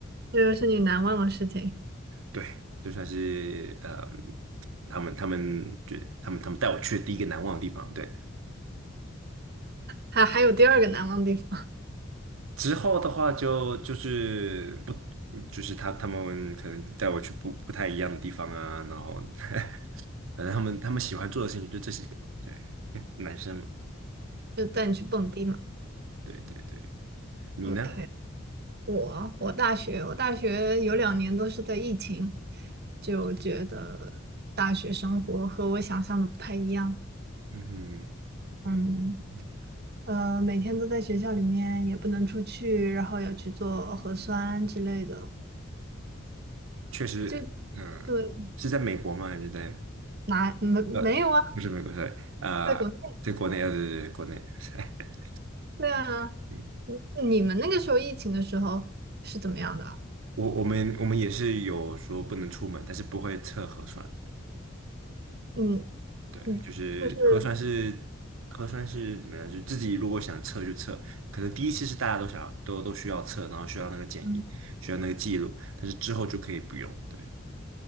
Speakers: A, on the right; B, on the right.
A: 这就是你难忘的事情，
B: 对，就算是呃他们他们觉他们他们带我去的第一个难忘的地方，对。
A: 还还有第二个难忘的地方，
B: 之后的话就就是不就是他他们可能带我去不不太一样的地方啊，然后 <laughs> 反正他们他们喜欢做的事情就这些个，对，<laughs> 男生嘛，
A: 就带你去蹦迪嘛
B: 对对对，你呢？
A: ，OK。我我大学我大学有两年都是在疫情，就觉得大学生活和我想象的不太一样。
B: 嗯，
A: 嗯，
B: 嗯
A: 呃，每天都在学校里面，也不能出去，然后要去做核酸之类的。
B: 确实，
A: 就
B: 嗯、
A: 对，
B: 是在美国吗？还是在
A: 哪没没有啊？
B: 呃，不是美国，sorry，啊、
A: 在国内，
B: 在国内，呃，对对对，国内，<laughs>
A: 对啊。
B: 嗯，
A: 你你们那个时候疫情的时候是怎么样的啊
B: 我我们我们也是有说不能出门，但是不会测核酸，
A: 嗯
B: 对，
A: 嗯，
B: 就是核酸是核酸是怎么样？
A: 就是。
B: 就自己如果想测就测，可能第一次是大家都想要都都需要测，然后需要那个检疫，
A: 嗯
B: 需要那个记录，但是之后就可以不用。对，